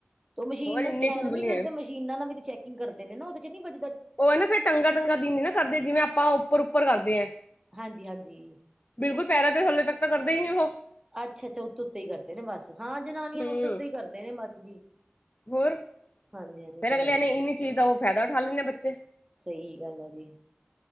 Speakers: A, on the right; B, on the left.
A: ਤ ਮਸ਼ੀਨ ਨਾਲ
B: ਇੰਨੀ
A: ਸਕੈਨ
B: ਚੁਲਬਲੀ
A: ਨੀ ਕਰਦੇ
B: ਹੈ
A: ਮਸ਼ ਜ ਇਹਨਾ ਨਾਲ ਵੀ ਚੈਕਿੰਗ ਕਰਦੇ ਨੇ ਨਾ ਉਹਦੇ ਚ ਨੀ ਵੱਜ
B: ਉਹ ਨਾ ਫੇਰ ਟੰਗਾ-ਟੰਗਾ ਦੀ ਨੀਂ ਨਾ ਕਰਦੇ, ਜਿਵੇਂ ਆਪਾਂ ਉੱਪਰ- ਉੱਪਰ ਕਰਦੇ ਏਂ
A: ਹਾਂਜੀ ਹਾਂਜੀ
B: ਬਲਕੁਲ, ਪੈਰਾਂ ਦੇ ਹੱਲੇ ਤੱਕ ਤਾਂ ਕਰਦੇ ਈ ਨੀ ਕਰਦੇ ਉਹ
A: ਅੱਛਾ-ਅੱਛਾ, ਉੱਤੇ- ਉੱਤੇ ਈ ਕਰਦੇ ਨੇ ਬੱਸ। ਹਾਂ, ਜਨਾਨੀਆਂ
B: ਹਮ
A: ਨੂੰ ਉੱਤੇ- ਉੱਤੇ ਈ ਕਰਦੇ ਨੇ ਬੱਸ ਜੀ।
B: ਹੋਰ,
A: ਹਾਂਜੀ ਹਾਂਜੀ ਉਹ
B: ਫੇਰ
A: ਤੇ
B: ਅਗਲੇਆਂ
A: ਹੈ ਹੀ
B: ਨੇ ਇੰਨੀ ਚੀਜ਼ ਦਾ ਓ ਫਾਇਦਾ ਉਠਾ ਲੈਂਦੇ ਬੱਚੇ।
A: ਸਈ ਗੱਲ ਆ ਜੀ।